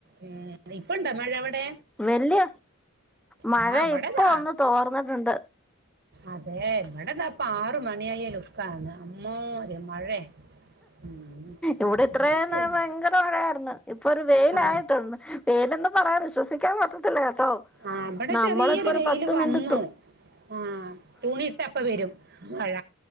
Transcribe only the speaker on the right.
മ് ഇപ്പണ്ടവ്ടെ മഴ അവിടെ?
ആ ഇവിടെതാ
അതെ ഇവിടെന്താ അപ്പ ആറ് മണിയായ ലുക്കാ അമ്മാതിരി മഴ ഉം.
എന്താ ശരി
ആ
ആഹ് ഇവടെ
ചെറിയരു
വെയില്
വന്നു
ആഹ് തൂണിയിട്ട അപ്പ വരും മഴ.